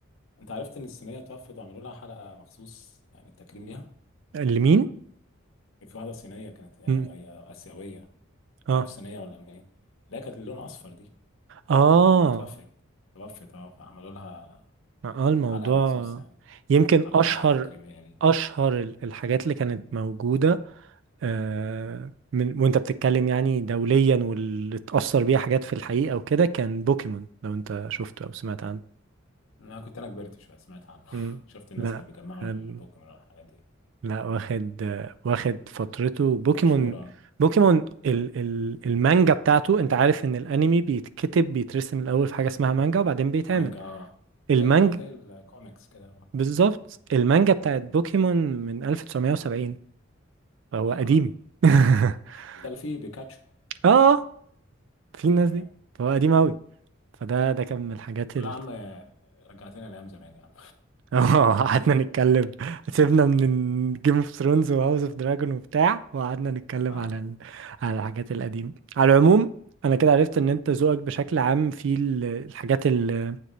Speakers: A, on the left; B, on the right.
A: انت عرفت ان الصينيه توفت وعملوا لها حلقه مخصوص يعني تكريم ليها
B: لمين
A: كان في واحده صينيه كانت آه،
B: مم.
A: آه، اسيويه
B: اه
A: مش عارف صينيه ولا منين لا كانت اللون اصفر دي
B: اه
A: دي توفت توفت اه فعملوا لها
B: اه الموضوع
A: حلقه مخصوص يعني
B: يمكن
A: على
B: اشهر
A: حلقه تكريميه لي
B: اشهر ال- الحاجات اللي كانت موجوده آه، من وانت بتتكلم يعني دوليا واللي اتاثر بيها حاجات في الحقيقه وكده كان بوكيمون لو انت شفته او سمعت عنه
A: انا كنت انا كبرت شويه سمعت عنه
B: مم.
A: <laughs> شفت الناس
B: لا
A: كانوا بيجمعوا
B: كان-
A: البوكيمون والحاجات دي
B: لا واخد آه، واخد فترته بوكيمون
A: مشهوره
B: بوكيمون ال ال المانجا بتاعته انت عارف ان الانمي بيتكتب بيترسم الاول في حاجه اسمها
A: م-
B: مانجا وبعدين بيتعمل
A: مانجا اه
B: المانجا
A: زي اه زي الكوميكس كده آه.
B: بالظبط
A: م-
B: المانجا بتاعت بوكيمون
A: م.
B: من 1970 فهو
A: يا
B: قديم
A: نهار ابيض
B: <laughs>
A: مش ده اللي فيه بيكاتشو
B: اه في الناس
A: تمام
B: دي فهو قديم أوي فده ده كان من الحاجات
A: لا
B: ال
A: يا عم رجعتنا لايام زمان يا عم
B: <laughs> اه قعدنا نتكلم سيبنا من جيم اوف ثرونز وهاوس اوف دراجون وبتاع وقعدنا نتكلم
A: <laughs> اه
B: على ال... على الحاجات القديمة على العموم انا كده عرفت ان انت ذوقك بشكل عام في ال- الحاجات ال-